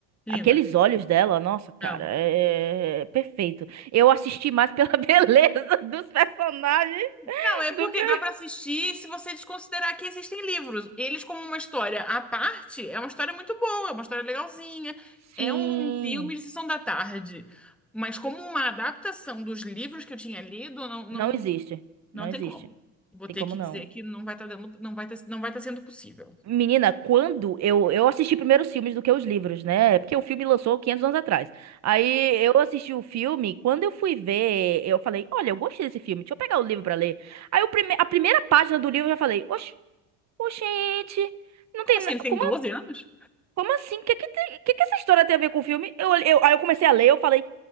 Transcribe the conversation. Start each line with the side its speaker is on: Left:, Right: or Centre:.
Centre: Linda.
Right: aqueles olhos dela, nossa, cara,
Centre: Não.
Right: é é perfeito. Eu assisti mais pela <laughs> beleza dos personagens
Centre: Não, é porque
Right: do que...
Centre: dá pra assistir se você desconsiderar que existem livros. Eles, como uma história à parte, é uma história muito boa, é uma história legalzinha.
Right: Sim,
Centre: É um, um filme de sessão da tarde. Mas como uma adaptação dos livros que eu tinha lido, não, não,
Right: não existe,
Centre: Não
Right: não
Centre: tem
Right: existe,
Centre: como. Vou
Right: tem
Centre: ter
Right: como
Centre: que
Right: não.
Centre: dizer que não vai estar dando, não vai tá, não vai tá sendo possível.
Right: Menina, quando eu, eu assisti primeiro os filmes do que os livros, né? Porque o filme lançou 500 anos atrás. Aí eu assisti o filme, quando eu fui ver, eu falei: Olha, eu gostei desse filme, deixa eu pegar o livro pra ler. Aí o prime a primeira página do livro eu já falei: Oxe, oxente, não
Centre: Como
Right: tem.
Centre: assim?
Right: na-
Centre: Ele
Right: Como,
Centre: tem doze anos?
Right: como assim? O que, que, tem- que, que essa história tem a ver com o filme? Eu, olhei- eu, aí eu comecei a ler, eu falei: